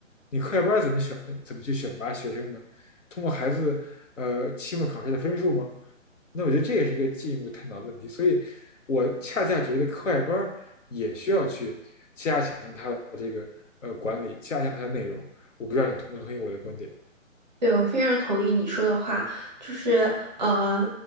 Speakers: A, on the left; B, on the right.
A: 你课外班怎么选？怎么去选拔学生呢？通过孩子呃期末考试的分数吗？那我觉得这也是一个进一步探讨的问题。所以，我恰恰觉得课外班也需要去加强它的这个呃管理，加强它的内容。我不知道你同不同意我的观点。
B: 对，我非常同意你说的话，就是呃，